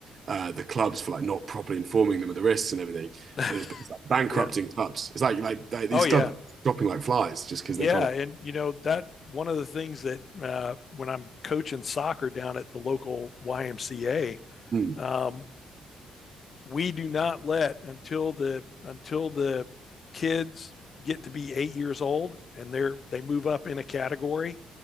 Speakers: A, on the right; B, on the left.
A: uh, the clubs for like not properly informing them of the risks and everything,
B: <laughs>
A: and it's, it's like bankrupting
B: yeah
A: clubs. It's like like they, these
B: oh yeah
A: clubs are dropping like flies just because
B: yeah
A: they can't. Afford.
B: and you know that one of the things that uh, when i'm coaching soccer down at the local ymca
A: Mm,
B: um, we do not let until the until the kids get to be eight years old and they're they move up in a category